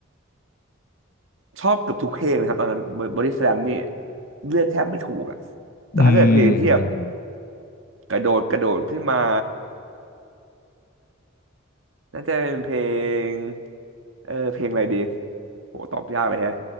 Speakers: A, on the right; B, on the left.
A: ชอบเกือบทุกเพลงนะครับตอนนั้นบอดี้สแลมนี่เลือกแทบไม่ถูกอ่ะแต่ถ้าเกิดเพลงที่แบบ
B: อืม
A: กระโดดกระโดดขึ้นมาน่าจะเป็นเพลงเออเพลงอะไรดีโหตอบยากเลยฮะ